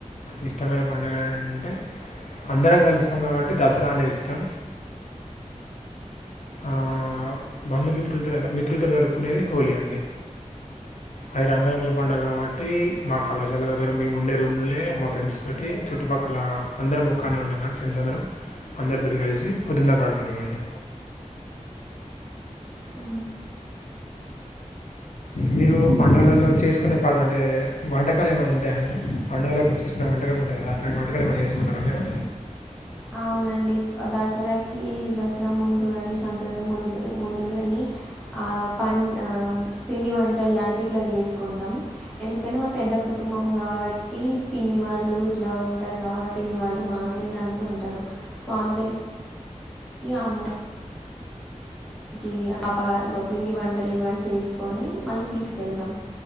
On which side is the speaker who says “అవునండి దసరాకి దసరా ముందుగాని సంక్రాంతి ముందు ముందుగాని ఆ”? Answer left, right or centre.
Centre